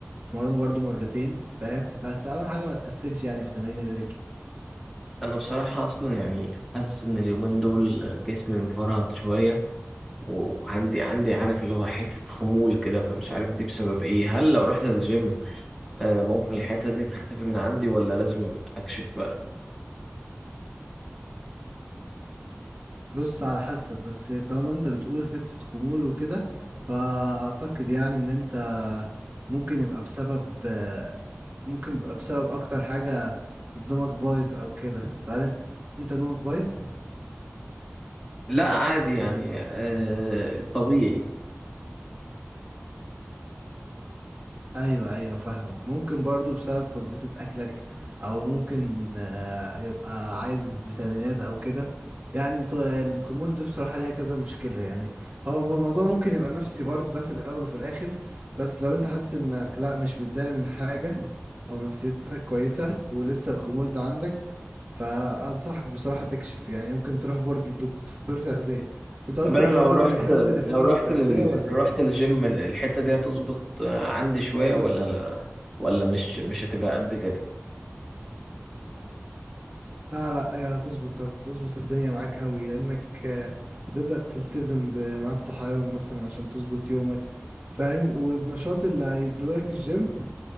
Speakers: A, on the right; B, in the centre.
A: تمرنه برضو مرتين فاهم بس أهم حاجة ما تكسلش يعني في تمارين الليج
B: انا بصراحه اصلا يعني حاسس ان اليومين دول جسمي مفرهد شويه وعندي عندي عارف اللي هو حتة خمول كده فمش عارف دي بسبب ايه هل لو رحت الجيم آه، ممكن الحتة دي تختفي من عندي ولا لازم اكشف بقى
A: بص على حسب بس طالما انت بتقول حتة خمول وكده فأعتقد يعني ان انت ممكن يبقى بسبب ممكن يبقى بسبب اكتر حاجة نومك بايظ او كده فهل انت نومك بايظ؟
B: لا عادي يعني آه، طبيعي
A: ايوه ايوه فاهمك ممكن برضو بسبب تظبيطة اكلك او ممكن آه، يبقى عايز فيتامينات او كده يعني ط- الخمول دي بصراحة ليها كذا مشكلة يعني هو الموضوع ممكن يبقى نفسي برضو ده في الاول وفي الاخر بس لو انت حاسس انك لا مش متضايق من حاجة او نفسيتك كويسة ولسه الخمول ده عندك فانصحك بصراحة تكشف يعني ممكن تروح برضو لدكتور تغذية انت اصلا
B: طب انا لو
A: من النوع
B: رحت
A: اللي بيحب دكاترة
B: لو رحت
A: التغذية
B: لل...
A: ولا
B: لو رحت الجيم الحتة دي هتظبط آه، عندي شوية ولا لا ولا مش مش هتبقى قد كده
A: لا لا هي هتظبط هتظبط الدنيا معاك قوي لانك آه، هتبدأ تلتزم بميعاد صحيان مثلا عشان تظبط يومك فاهم والنشاط اللي هيدولك الجيم